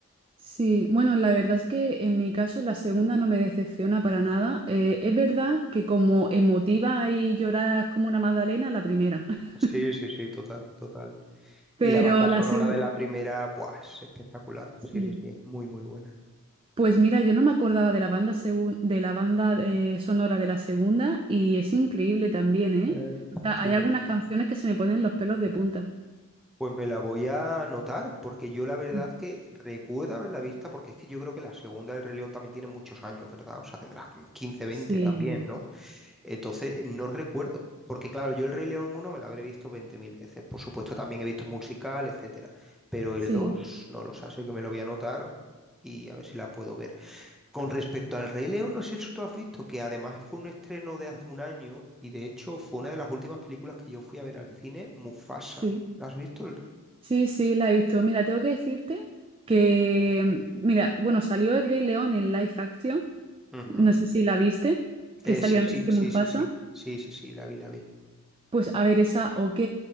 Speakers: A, on the right; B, in the centre.
A: Sí, bueno, la verdad es que en mi caso la segunda no me decepciona para nada. Eh, es verdad que como emotiva y lloras como una magdalena, la primera. <laughs>
B: Sí, sí, sí, total, total.
A: Pero
B: Y la banda sonora
A: la segunda...
B: de la primera, buah, es espectacular.
A: Sí.
B: Sí, sí, sí, es muy, muy buena.
A: Pues mira, yo no me acordaba de la banda, segun- de la banda eh, sonora de la segunda y es increíble también, ¿eh?
B: Eh,
A: O sea,
B: sí,
A: hay algunas
B: sí, sí.
A: canciones que se me ponen los pelos de punta.
B: Pues me la voy a anotar, porque yo la verdad
A: Mm.
B: es que recuerdo haberla vista, porque es que yo creo que la segunda del Rey León también tiene muchos años, ¿verdad? O sea, tendrá quince veinte
A: Sí,
B: también, ¿no? Entonces, no recuerdo. Porque claro, yo el Rey León uno me la habré visto 20.000 veces. Por supuesto, también he visto musical, etcétera. Pero
A: sí.
B: el 2 no lo sé, así que me lo voy a anotar y a ver si la puedo ver. Con respecto al Rey León, no sé si tú has visto que además fue un estreno de hace un año y de hecho fue una de las últimas películas que yo fui a ver al cine, Mufasa.
A: Sí,
B: ¿La has visto? el-
A: sí, sí, la he visto. Mira, tengo que decirte que, mira, bueno, salió el Rey León en live action,
B: Ujú.
A: no sé si la viste, que
B: Eh,
A: salió
B: sí,
A: antes
B: sí,
A: que
B: sí,
A: Mufasa.
B: sí, sí, sí, sí, sí, la vi, la vi.
A: Pues a ver, esa ok,